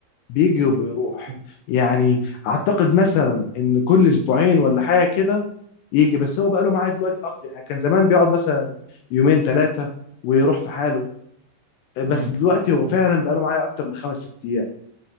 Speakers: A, on the left; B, on the right.
A: بيجي وبيروح
B: مم.
A: يعني اعتقد مثلا ان كل اسبوعين ولا حاجه كده يجي بس هو بقى له معاد دلوقتي اكتر يعني كان زمان بيقعد مثلا يومين ثلاثه ويروح في حاله بس
B: مم.
A: دلوقتي هو
B: مم.
A: فعلا بقى له معايا اكتر من خمس ست ايام